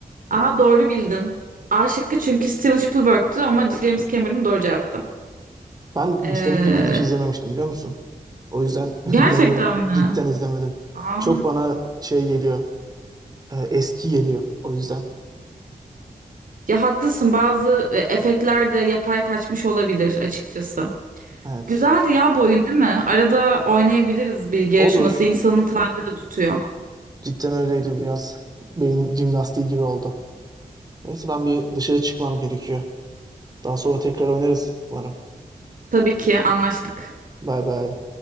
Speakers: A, on the right; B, on the right.
A: Aa doğru bildin. A şıkkı çünkü Steven Spielberg'tü ama James Cameron doğru cevaptı.
B: Ben
A: Ee,
B: Titanic filmini hiç izlememiştim biliyor musun? O yüzden <laughs> bilemiyorum.
A: gerçekten mi?
B: Cidden izlemedim.
A: Aa.
B: Çok bana şey geliyor. e, Eski geliyor. O yüzden.
A: Ya haklısın bazı e, efektler de yapay kaçmış olabilir açıkçası.
B: Evet.
A: Güzeldi ya bu oyun değil mi? Arada oynayabiliriz bilgi
B: Olur.
A: yarışması. İnsanı taze de tutuyor.
B: Cidden öyleydi biraz. Beyin jimnastiği gibi oldu. Neyse ben bir dışarı çıkmam gerekiyor. Daha sonra tekrar oynarız umarım.
A: Tabii ki anlaştık.
B: Bay bay.